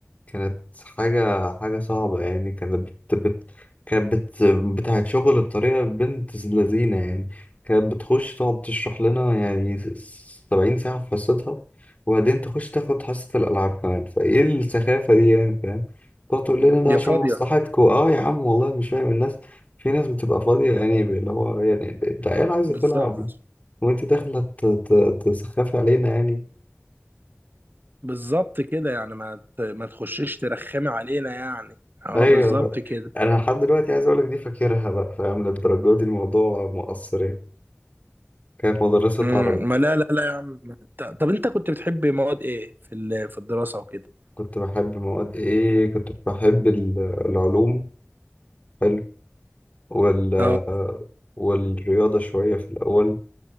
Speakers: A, on the left (about 35°); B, on the right (about 45°).
A: كانت حاجة حاجة صعبة يعني كانت بت بت كانت بت بتاعت شغل بطريقة بنت لذينة يعني كانت بتخش تقعد تشرح لنا يعني سبعين ساعة في حصتها وبعدين تخش تاخد حصة الألعاب كمان فإيه السخافة دي يعني فاهم تقعد تقول لنا ده
B: يا
A: عشان
B: فاضية
A: مصلحتكوا اه يا عم والله مش فاهم الناس في ناس بتبقى فاضية يعني اللي هو يعني العيال عايزة
B: بالظبط
A: تلعب وانت داخلة ت- ت- تسخفي علينا يعني
B: بالظبط كده يعني ما ت- ما تخشيش ترخمي علينا يعني اه
A: ايوه
B: بالظبط
A: بقى.
B: كده
A: انا لحد دلوقتي عايز اقول لك دي فاكرها بقى فاهم للدرجه دي الموضوع مؤثر يعني كانت مدرسه
B: امم
A: عربي
B: ما لا لا لا يا عم ط- طب انت كنت بتحب مواد ايه في ال- في الدراسة وكده
A: كنت بحب مواد ايه كنت بحب ال- العلوم حلو وال
B: اه
A: والرياضه شويه في الاول